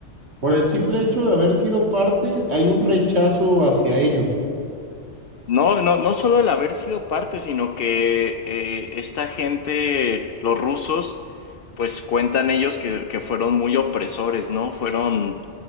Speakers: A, on the right; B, on the left.
A: por el simple hecho de haber sido parte, hay un rechazo hacia ellos.
B: No, no, no solo el haber sido parte, sino que eh, esta gente, los rusos, pues cuentan ellos que, que fueron muy opresores, ¿no? Fueron,